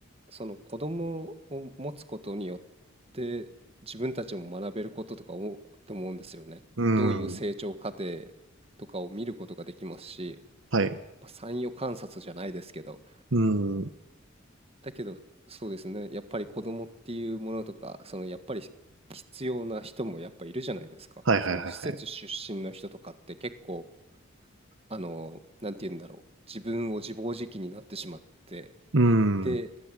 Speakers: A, on the right; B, on the right.
A: その子供を持つことによって自分たちも学べることとか思うと思うんですよね。
B: ーん。
A: どういう成長過程とかを見ることができますし、
B: はい。う
A: まあ、参与観察じゃないですけど、
B: ーん。
A: だけどそうですね、やっぱり子供っていうものとか、そのやっぱり必要な人もやっぱいるじゃないですか。
B: はいはいはいはい。
A: その施設出身の人とかって結構、あの、なんて言うんだろう、自分を自暴自棄になってしまって、
B: うーん。
A: で、